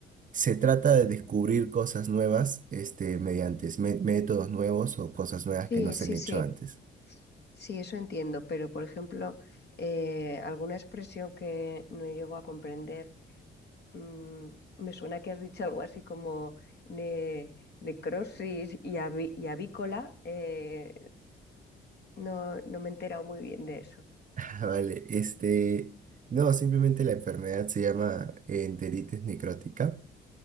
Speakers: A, on the right; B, on the left.
A: Se trata de descubrir cosas nuevas, este, mediante me- métodos nuevos o cosas nuevas
B: Sí,
A: que no se
B: sí,
A: han hecho
B: sí.
A: antes. <laughs>
B: Sí, eso entiendo, pero por ejemplo, eh, alguna expresión que no llego a comprender mm, me suena que has dicho algo así como ne- necrosis y, avi- y avícola. eh, no, no me he enterado muy bien de eso.
A: Ah, Vale, este, no, simplemente la enfermedad se llama eh, enteritis necrótica